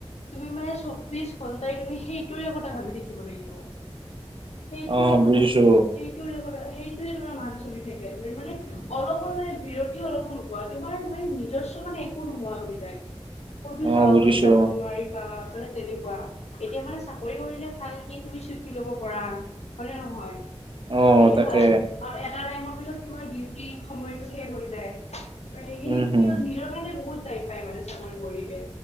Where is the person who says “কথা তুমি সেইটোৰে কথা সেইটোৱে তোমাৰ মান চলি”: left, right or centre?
Left